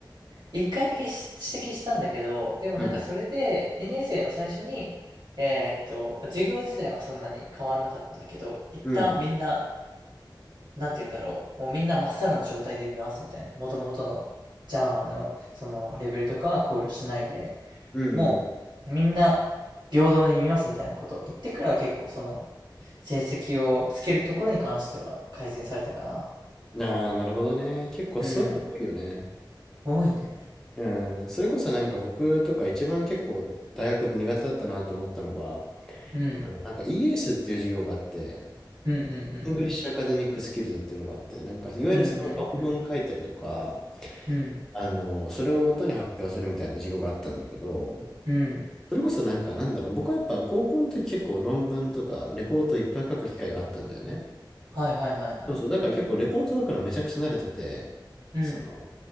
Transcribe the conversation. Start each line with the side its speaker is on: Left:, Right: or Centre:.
Right: 一回だけし指摘したんだけど、でもなんかそれで2年生の最初に、
Centre: うん。
Right: えーっと、授業自体はそんなに変わんなかったんだけど、一旦みんな
Centre: うん。
Right: なんて言うんだろう、もうみんなまっさらの状態で見ますみたいな、元々のジャーマンのそのレベルとかは考慮しないで、
Centre: うんう
Right: もうみんな平等に見ますみたいなことを言ってから結構その成績をつけるところに関しては改善されたかな。
Centre: ん。ああ、なるほどね。結構そういうの多いよね。
Right: うん、多いね。
Centre: うん。それこそなんか僕とか一番結構大学で苦手だったなと思ったのが、
Right: うん、
Centre: あの、なんか ES っていう授業があって、
Right: うんうんう
Centre: イングリッシュアカデミックスキルズっていうのがあって、
Right: ん
Centre: なんかいわゆるその論文書いたりとか、
Right: うん、うんうんうん、うん、
Centre: あの、それを元に発表するみたいな授業があったんだけど、
Right: うん、
Centre: それこそなんかなんだろう、僕はやっぱ高校の時結構論文とかレポートいっぱい書く機会があったんだよね。
Right: はいはいはいはい。
Centre: そうそう、だから結構レポート書くのめちゃくちゃ慣れてて、
Right: うん、
Centre: その、